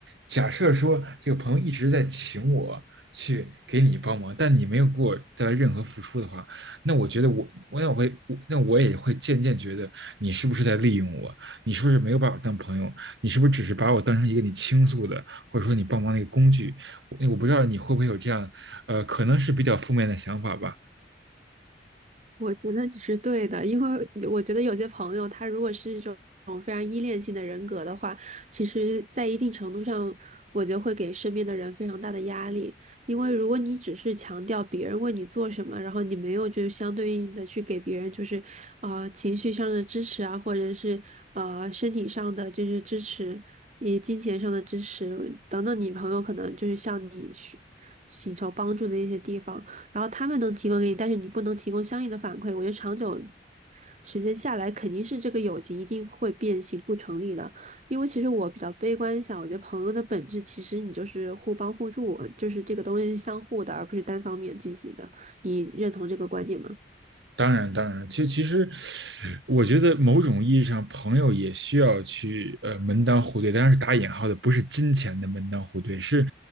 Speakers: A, on the right; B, on the right.
A: 假设说这个朋友一直在请我去给你帮忙，但你没有给我带来任何付出的话，那我觉得我我那我会我那我也会渐渐觉得你是不是在利用我？你是不是没有把我当朋友？你是不是只是把我当成一个你倾诉的，或者说你帮忙的一个工具？我我不知道你会不会有这样，呃，可能是比较负面的想法吧。
B: 我觉得你是对的，因为我觉得有些朋友他如果是一种种非常依恋性的人格的话，其实，在一定程度上，我觉得会给身边的人非常大的压力。因为如果你只是强调别人为你做什么，然后你没有就相对应的去给别人就是啊情绪上的支持啊，或者是呃身体上的就是支持，以及金钱上的支持等等，你朋友可能就是向你去请求帮助的一些地方。然后他们能提供给你，但是你不能提供相应的反馈。我觉得长久时间下来，肯定是这个友情一定会变形不成立的。因为其实我比较悲观一下，我觉得朋友的本质其实你就是互帮互助，就是这个东西是相互的，而不是单方面进行的。你认同这个观点吗？
A: 当然，当然，其实其实，我觉得某种意义上，朋友也需要去呃门当户对，当然是打引号的，不是金钱的门当户对，是